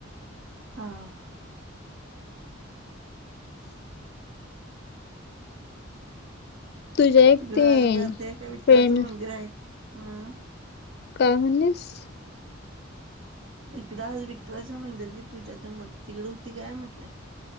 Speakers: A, on the right; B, on the left.
A: हां-
B: तुझ्या एक
A: तिकडं
B: ते
A: आज गर्दी हाय काय, विठ्ठलाचं
B: फ्रेंड
A: मंदिर आहे? हं
B: काय म्हणलीस?
A: इकडं आज विठ्ठलाच्या मंदिरची पूजा होती, मग तिकडं होती काय म्हटलं.